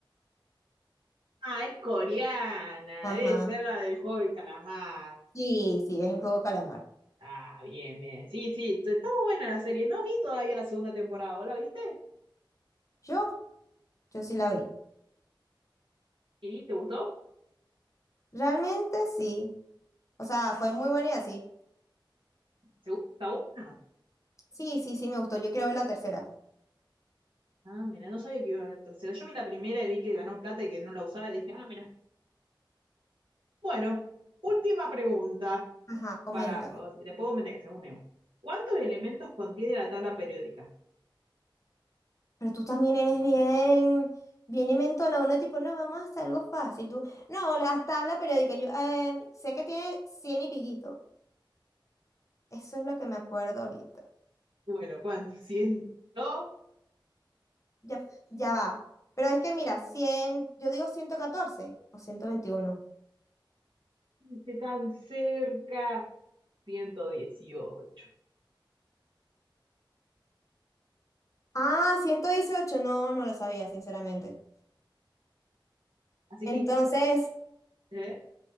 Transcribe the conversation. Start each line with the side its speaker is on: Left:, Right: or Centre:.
Right: ah, es coreana.
Left: Ajá.
Right: Debe ser la del juego del calamar.
Left: Sí, sí, es el juego calamar.
Right: Ah, bien, bien. Sí, sí, t- está muy buena la serie. No vi todavía la segunda temporada. ¿Vos la viste?
Left: Yo Yo sí la vi.
Right: ¿Y te gustó?
Left: Realmente sí. O sea, fue muy buena y así.
Right: ¿Seguro que está buena?
Left: Sí, sí, sí, me gustó. Yo quiero ver la tercera.
Right: Ah, mira, no sabía que iba a haber tercera. Yo vi la primera y vi que ganó plata y que no la usaba y dije, ah, mira. Bueno, última pregunta
Left: Ajá, coméntame.
Right: para, le puedo meter que sea un euro. ¿Cuántos elementos contiene la tabla periódica?
Left: Pero tú también eres bien, bien inventona. Uno tipo, no, vamos a hacer algo fácil. Tú, no, las tablas periódicas. Yo "Eh, sé que tiene 100 y piquito. Eso es lo que me acuerdo ahorita.
Right: Bueno, ¿cuántos? ¿Ciento?
Left: Ya, ya va. Pero es que mira, 100 yo digo ciento catorce o ciento veintiuno
Right: Esté tan cerca. ciento dieciocho.
Left: Ah, ciento dieciocho No, no lo sabía, sinceramente.
Right: Así
Left: Entonces,
Right: que, ¿quién? ¿Eh?